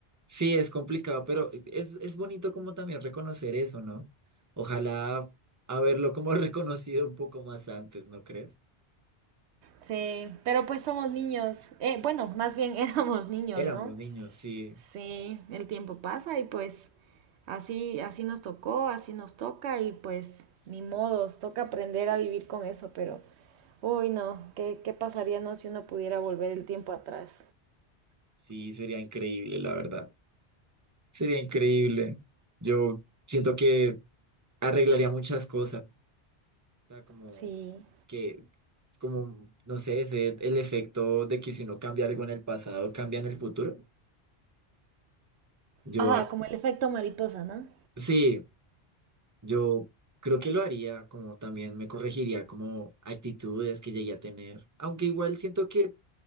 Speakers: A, on the right (about 20°); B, on the right (about 85°).
A: Sí, es complicado, pero es, es bonito como también reconocer eso, ¿no? Ojalá haberlo como <laughs> reconocido un poco más antes, ¿no crees?
B: Sí, pero pues somos niños. Eh, bueno, más bien <laughs> éramos niños,
A: Éramos
B: ¿no?
A: niños, sí,
B: Sí, el tiempo pasa y pues así, así nos tocó, así nos toca y pues ni modos, toca aprender a vivir con eso, pero uy no, ¿qué, qué pasaría no si uno pudiera volver el tiempo atrás?
A: sí, sería increíble, la verdad. Sería increíble. Yo siento que arreglaría muchas cosas. O sea, como
B: Sí,
A: que, como, no sé, ese, el efecto de que si uno cambia algo en el pasado, cambia en el futuro. Yo,
B: Ajá,
A: ah,
B: como el efecto mariposa, ¿no?
A: sí. Yo creo que lo haría, como también me corregiría como actitudes que llegué a tener, aunque igual siento que,